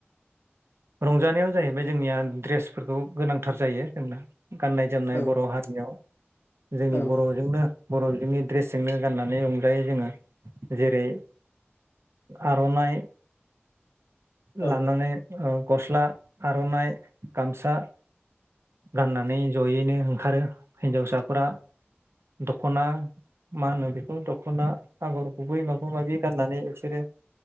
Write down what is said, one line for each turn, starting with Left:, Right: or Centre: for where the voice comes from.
Right: रंजानायाव जाहैबाय जोंनिया ड्रेस फोरखौ गोनांथार जायो जोंना गाननाय जोमनाय
Left: औ
Right: बर' हारियाव। जोंनि
Left: औ
Right: बर'जोंनो। बर'जोंनि ड्रेसजोंनो गाननानै रंजायो जोङो। जेरै आर'नाइ।
Left: औ
Right: लानानै गस्ला आर'नाइ गामसा। गाननानै जयैनो। ओंखारो हिनजावसाफोरा दख'ना मा होनो बेखौ दख'ना आगर गुबै माबा माबि गाननानै बिसोरो